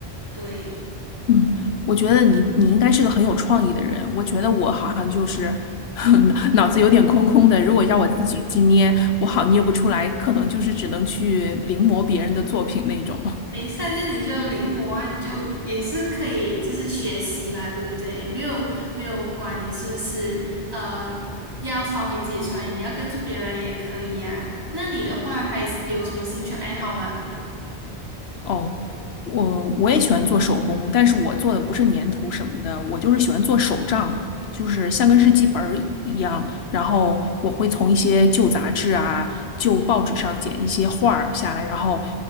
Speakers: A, on the right; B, on the left.
A: 对。
B: 嗯，我觉得你你应该是个很有创意的人，我觉得我好。<laughs> 脑子有点空空的，如果让我自己去捏，我好捏不出来，可能就是只能去临摹别人的作品那种。
A: 没上就你就临摹啊，你就也是可以，就是学习嘛，对不对？没有没有管你是不是呃要发挥自己的创意，你要跟住别人也可以啊。那你的话还有什么兴趣爱好吗？
B: 哦，我我也喜欢做手工，但是我做的不是粘土什么的，我就是喜欢做手账，就是像个日记本儿一样。然后我会从一些旧杂志啊、旧报纸上剪一些画儿下来，然后